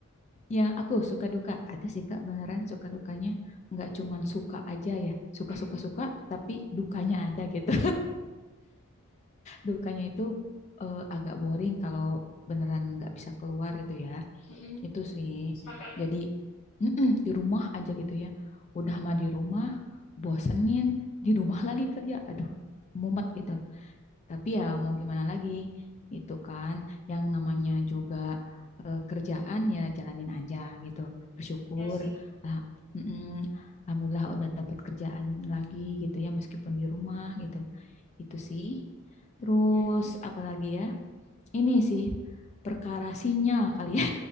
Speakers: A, on the left; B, on the left.
A: yang aku suka duka. Ada sih Kak, beneran suka dukanya. Nggak cuman suka aja ya. Suka-suka-suka,
B: <laughs> Mm-mm.
A: tapi dukanya ada gitu. dukanya itu eh, agak boring kalau beneran nggak bisa keluar gitu ya.
B: Mm-mm.
A: Itu sih.
B: Sepakat
A: Jadi mm-mm, di rumah aja gitu ya. Udah mah di rumah, bosenin, di rumah <laughs> lagi kerja. Aduh, mumet gitu. Tapi ya mau gimana lagi? Itu kan yang namanya juga eh, kerjaan ya jalanin aja gitu. Bersyukur.
B: ya sih.
A: Ah, mm-mm. Alhamdulillah udah dapat kerjaan lagi gitu ya meskipun di rumah gitu. Itu sih. Terus
B: Yes.
A: apalagi ya? Ini sih perkara sinyal kali ya.